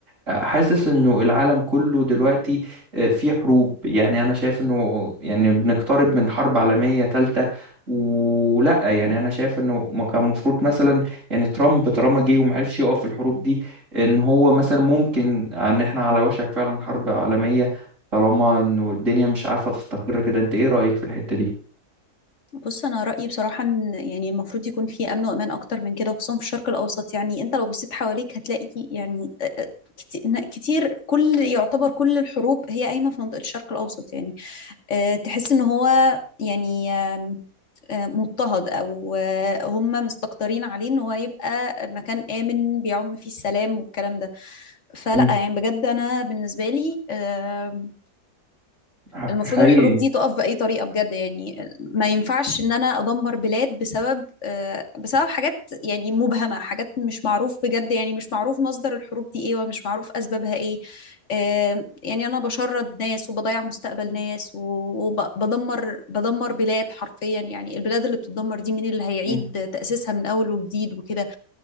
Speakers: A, on the right; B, on the left.
A: آه، حاسس انه العالم كله دلوقتي آه، في حروب يعني انا شايف انه يعني بنقترب من حرب عالمية تالتة ولا يعني انا شايف انه ما كان المفروض مثلا يعني ترامب طالما جه وما عرفش يقف في الحروب دي ان هو مثلا ممكن ان احنا على وشك فعلا حرب عالمية طالما انه الدنيا مش عارفة تستقر كده انت ايه رأيك في الحتة دي
B: بص انا رايي بصراحه ان يعني المفروض يكون في امن وامان اكتر من كده خصوصا في الشرق الاوسط يعني انت لو بصيت حواليك هتلاقي يعني آه، آه، كت- ن- كتير كل يعتبر كل الحروب هي قايمه في منطقه الشرق الاوسط يعني آه، تحس ان هو يعني آم، آه، مضطهد او آه، هم مستكترين عليه ان هو يبقى مكان امن بيعم فيه السلام والكلام ده فلا
A: مم.
B: يعني بجد انا بالنسبه لي آمم،
A: ح-
B: المفروض
A: حقيقي
B: الحروب دي تقف بأي طريقة بجد يعني ما ينفعش ان انا ادمر بلاد بسبب آه، بسبب حاجات يعني مبهمة حاجات مش معروف بجد يعني مش معروف مصدر الحروب دي ايه ومش معروف اسبابها ايه آه، يعني انا بشرد ناس وبضيع مستقبل ناس وبدمر بدمر بلاد حرفيا يعني البلاد اللي بتتدمر دي مين اللي هيعيد
A: مم.
B: تأسيسها من اول وجديد وكده